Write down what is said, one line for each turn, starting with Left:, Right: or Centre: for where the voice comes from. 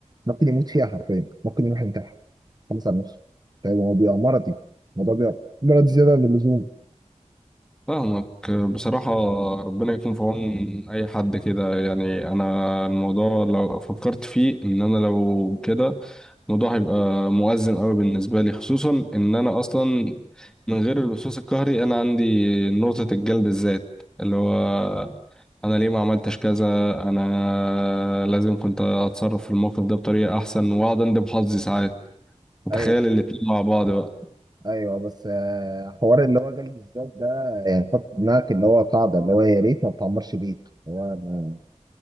Right: ممكن يموت فيها حرفيا ممكن يروح ينتحر خلص على نفسه طيب هو بيبقى مرضي الموضوع بيبقى مرض زياده عن اللزوم
Centre: فاهمك بصراحة ربنا يكون في عون أي حد كده يعني أنا الموضوع لو فكرت فيه إن أنا لو كده الموضوع هيبقى مؤزم قوي بالنسبة لي خصوصا إن أنا أصلا من غير اللصوص القهري أنا عندي نقطة الجلد الذات اللي هو أنا ليه ما عملتش كذا أنا لازم كنت أتصرف في الموقف ده بطريقة أحسن وأقعد أندب حظي ساعات متخيل
Right: ايوه
Centre: الاتنين مع بعض بقى
Right: ايوه بس آه، حوار اللي هو جلد الذات ده يعني حط في دماغك اللي هو قاعده اللي هو يا ريت ما بتعمرش بيت هو ما